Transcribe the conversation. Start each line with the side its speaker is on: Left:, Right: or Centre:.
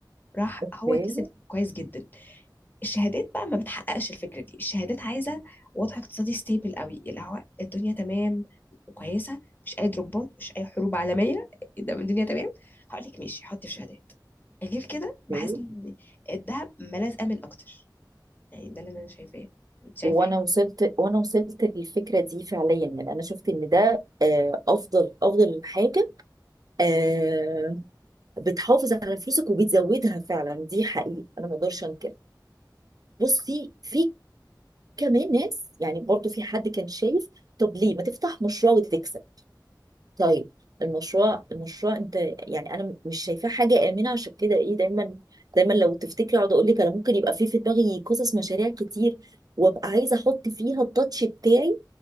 Left: راح
Right: اوكي
Left: هو كسب كويس جدا الشهادات بقى ما بتحققش الفكره دي الشهادات عايزه وضع اقتصادي ستيبل قوي اللي هو الدنيا تمام وكويسه مش اي دروبات مش اي حروب عالميه <laughs> ده من الدنيا تمام هقول لك ماشي حطي في شهادات غير كده بحس
Right: اوكي
Left: ان الذهب ملاذ امن اكتر يعني ده اللي انا شايفاه انت شايفه
Right: وانا
Left: ايه
Right: وصلت وانا وصلت للفكره دي فعليا يعني انا شفت ان ده آه، افضل افضل حاجه آه، بتحافظ على فلوسك وبتزودها فعلا دي حقيقه انا ما اقدرش انكر بصي في كمان ناس يعني برضو في حد كان شايف طب ليه ما تفتح مشروع وتكسب طيب المشروع المشروع انت يعني انا مش شايفاه حاجه امنه عشان كده ايه دايما دايما لو تفتكري اقعد اقول لك انا ممكن يبقى في في دماغي قصص مشاريع كتير وابقى عايزه احط فيها التاتش بتاعي